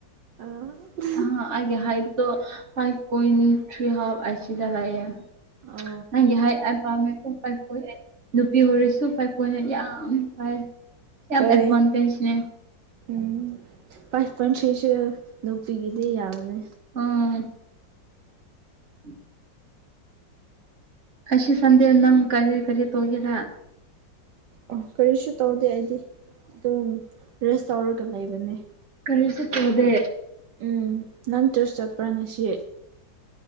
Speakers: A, on the right; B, on the right.
A: ꯑꯥ
B: ꯑꯥ ꯑꯩꯒꯤ ꯍꯥꯏꯠ ꯇꯣ ꯐꯥꯏꯚ ꯄꯣꯏꯟ ꯊ꯭ꯔꯤ ꯍꯥꯞ ꯑꯁꯤꯗ ꯂꯩꯌꯦ
A: ꯑ
B: ꯅꯪꯒꯤ ꯍꯥꯏꯠ ꯑꯩ ꯄꯥꯝꯃꯦꯀꯣ ꯐꯥꯏꯈꯣꯏ ꯅꯨꯄꯤ ꯑꯣꯏꯔꯁꯨ ꯐꯥꯏꯈꯣꯏꯅ ꯌꯥꯝ ꯐꯥꯏ ꯌꯥꯝ
A: ꯍꯣꯏ
B: ꯑꯦꯗꯚꯥꯟꯇꯦꯖꯅꯦ
A: ꯎꯝ ꯐꯥꯏꯚ ꯄꯣꯏꯟ ꯊ꯭ꯔꯤꯁꯨ ꯅꯨꯄꯤꯒꯤꯗꯤ ꯌꯥꯝꯕꯅꯦ
B: ꯎꯝ ꯎꯝ ꯑꯁꯤ ꯁꯗꯤꯦ ꯅꯪ ꯀꯔꯤ ꯀꯔꯤ ꯇꯣꯒꯦꯔ
A: ꯑꯣ ꯀꯔꯤꯁꯨ ꯇꯧꯗꯦ ꯑꯩꯗꯤ ꯑꯗꯨꯝ ꯔꯦꯁ ꯇꯧꯔꯒ ꯂꯩꯕꯅꯦ
B: ꯀꯔꯤꯁꯤ ꯇꯗꯦ
A: ꯎꯝ ꯅꯪ ꯆꯨꯔꯁ ꯆꯠꯄ꯭ꯔꯥꯅ ꯁꯤ